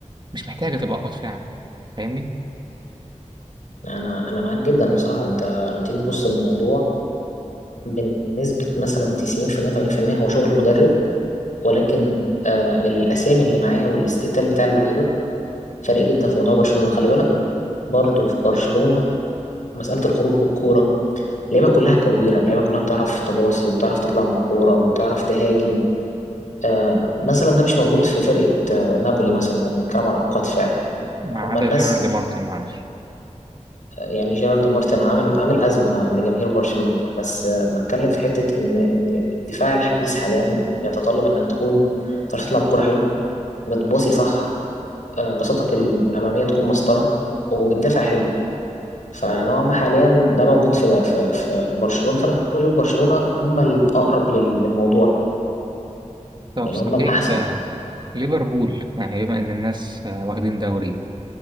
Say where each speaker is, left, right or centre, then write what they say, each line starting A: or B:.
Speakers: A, on the right; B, on the left.
A: مش محتاجه تبقى اقوى دفاع فاهمني
B: انا انا معاك جدا بصراحه انت لما تيجي تبص للموضوع بنسبه مثلا 90% 80% هو شغل مدرب ولكن آه الاسامي اللي معاه والاستقتال بتاع اللعيبه فرق جدا في موضوع برشلونه خلي بالك برضه في برشلونه مساله الخروج بالكوره اللعيبه كلها كويره اللعيبه كلها بتعرف تباصي وتعرف تطلع من الكوره وتعرف تهاجم آه مثلا ده مش موجود في فرقه آه نابولي مثلا لو بنتكلم على اقوى دفاع يعني
A: ما
B: هما
A: عدا
B: الناس
A: جيرارد مارتن معلش
B: آه، يعني جيرارد مارتن عامل عامل ازمه لجماهير برشلونه يعني بس آه بتكلم في حته ان ان الدفاع الحديث حاليا بيتطلب انك تكون تعرف تطلع بكوره حلو بتباصي صح آه بساطتك الاماميه تكون مسطره وبتدافع حلو فنوعا ما حاليا ده موجود في في, في برشلونة فأنا بشوف برشلونة هم الأقرب لل- للموضوع يعني
A: طب
B: يعني
A: صحيح
B: هم الأحسن
A: آه، ليفربول يعني بما إن الناس آه، واخدين دوري